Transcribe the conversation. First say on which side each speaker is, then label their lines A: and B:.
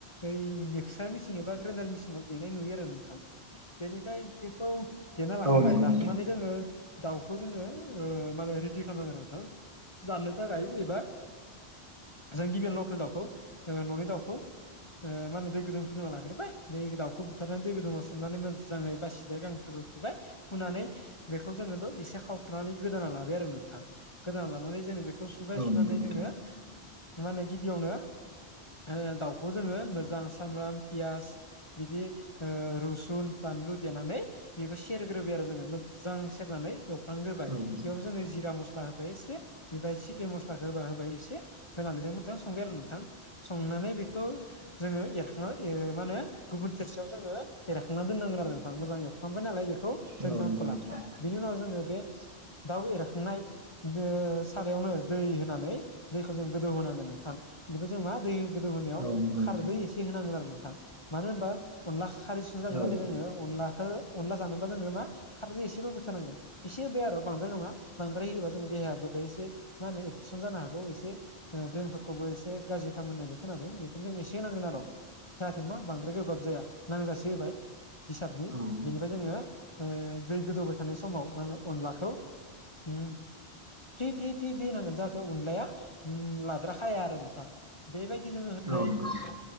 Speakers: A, on the left; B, on the right.
A: बै मिक्सार मिसिन एबा ग्रेनडार मिसिनाव देनाय नुयो आरो नोंथां। बेनिफ्राय बेखौ देना लाखांबाय
B: नंगौ
A: लाखांनानै
B: नोंथां
A: जोङो दाउखौ जोङो ओ माने रेडि खालाम नांगोन आरो नोंथां जाननो थाखाय एबा जों गिबियावनो लकेल दाउखौ ओ न'नि दाउखौ ओ मा होनो दै गुदुं फुदुंना लाग्रोबाय बे दाउखौ बुथारनानै दै गुदुंङाव सोमनानै मोजाङै बासिबाय गां फोर फुबाय फुनानै बेखौ जोङोथ' एसे सावथ्रनानै गोदाना लाबाय आरो नों गोदाना लानानै जोङो बेखौ
B: औ
A: सुबाय सुनानै
B: नंगौ नोंथां
A: जोङो मा होनो गिबियावनो ओ दाउखौ जोङो मोजां सामब्राम पियास बिदि ओ रुसुन बानलु देनानै। बेखौ सेरग्रोबाय आरो जोङो मोजां सेरनानै एवफ्लांग्रोबाय
B: औ
A: बेयाव जोङो जिरा मस स्ला होबाय एसे निफ्राय चिकेन मस्लाखौ होबा होबाय एसे होनानै जों मोजां संबाय आरो नोंथां। संनानै बेखौ जोङो एरखां मा होनो। गुबुन थोरसियाव जोङो एरखांनानै दोन्नांगोन आरो नोंथां। मोजां एवफ्रांबाय नालाय बेखौ जों
B: औ
A: नांथ'ला।
B: नंगौ नोंथां
A: बेनि उनाव जोङो बे दाउ एरखांनाय। बे सारायावनो दै होनानै दैखौ जों गोदौ होनांगोन नोंथां। बेखौ जों मा दै गोदौ होनायाव
B: औ नंगौ
A: खारदै
B: नोंथां
A: एसे होनांगोन आरो नोंथां। मानो होनबा अनला खारैसु जागोन नालाय
B: औ
A: जोङो अनलाखौ अनला जानोबा जोङो मा खारदै एसेबाबो होथारनांगोन। एसे होबाय आरो बांद्राय नङा बांद्राय होबा जोंनि देहायाबो बेहाय एसे मा होनो एफेकसन जानो हागौ एसे। ओ ब्रेनफोरखौबो एसे गाज्रि खालामो होन्नायबो खोनादों बेखायनो जों एसे नांगोन आर'। जाहाथे मा बांद्राय गोबाब जाया नांजासे होबाय। हिसाबनि।
B: औ
A: बेनिफ्राय जोङो ओ दै गोदौबाय थानाय समाव मा अनलाखौ हम। फ्रि-फ्रि-फ्रि-फ्रि होनांगोन जाहाथे अनलाया उम लाद्राखाया आरो नोंथां। बेबायदि जोङो होनानै
B: औ नंगौ
A: ओ